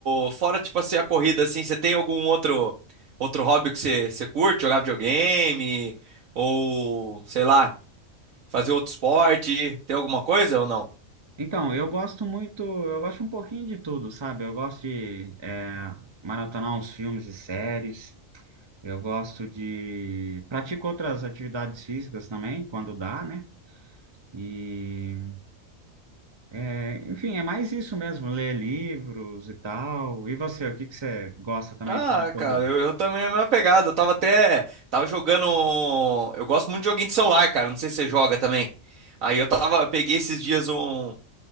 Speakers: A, on the right; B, on the right.
A: o- fora, tipo assim, a corrida, assim, você tem algum outro outro hobby que você, você curte? Jogar videogame? Ou, sei lá, fazer outro esporte? Tem alguma coisa ou não?
B: Então, eu gosto muito, eu gosto um pouquinho de tudo, sabe? Eu gosto de é, maratonar uns filmes e séries, eu gosto de... Pratico outras atividades físicas também, quando dá, né? E, é, enfim, é mais isso mesmo, ler livros e tal. E você, o que que você gosta também
A: Ah,
B: fora da corrida?
A: cara, eu, eu também é a mesma pegada. Eu tava até. Tava jogando. Eu gosto muito de joguinho de celular, cara. Não sei se você joga também. Aí eu tava. Eu peguei esses dias um.